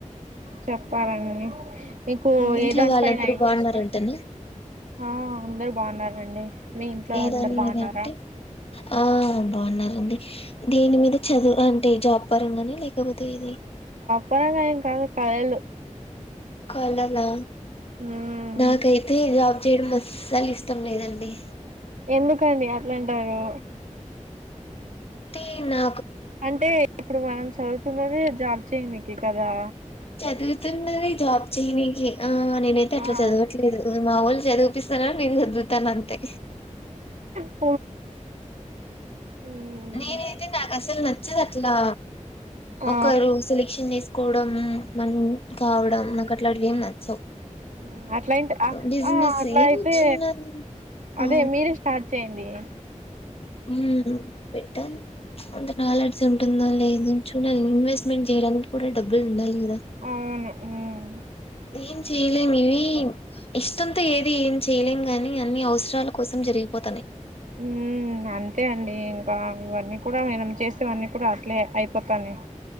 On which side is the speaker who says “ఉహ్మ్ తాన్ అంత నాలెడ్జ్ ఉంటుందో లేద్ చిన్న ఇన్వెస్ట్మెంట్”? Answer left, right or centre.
Left